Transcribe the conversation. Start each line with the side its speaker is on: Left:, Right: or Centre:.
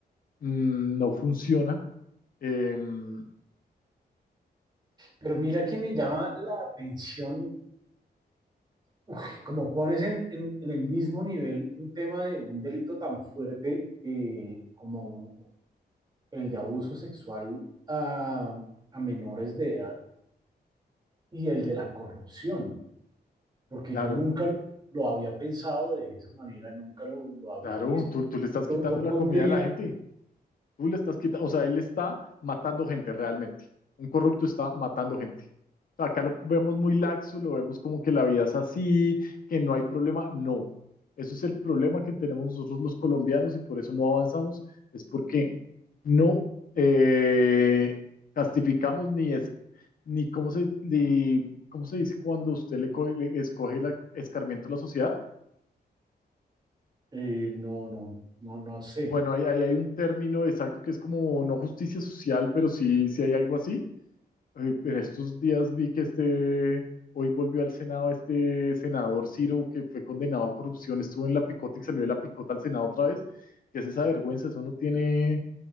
Left: Mm, no funciona. Em,
Right: Pero mira
Left: y
Right: que me llama la atención, uf, como pones en, en- en el mismo nivel un tema de un delito tan fuerte eh, como el de abuso sexual a, a menores de edad y el de la corrupción, porque
Left: claro,
Right: yo nunca lo lo había pensado de esa manera, nunca lo, lo había
Left: claro,
Right: visto.
Left: tú, tú le estás quitando
Right: Yo, yo
Left: la
Right: pondría,
Left: comida a la gente. Tú le estás quitando, o sea, él está matando gente realmente. Un corrupto está matando gente. O sea, acá lo vemos muy laxo, lo vemos como que la vida es así, que no hay problema. No, eso es el problema que tenemos nosotros los colombianos y por eso no avanzamos, es porque no eh, castificamos ni es, ni cómo se, ni, ¿cómo se dice cuando usted le, co- le escoge el escarmiento a la sociedad?
Right: eh, no, no, no, no sé,
Left: Bueno, ahí, ahí hay un término exacto que es como no justicia social, pero sí, sí hay algo así. Eh, En estos días vi que este, hoy volvió al Senado este senador Ciro, que fue condenado a corrupción, estuvo en la picota y salió de la picota al Senado otra vez. que es esa vergüenza? Eso no tiene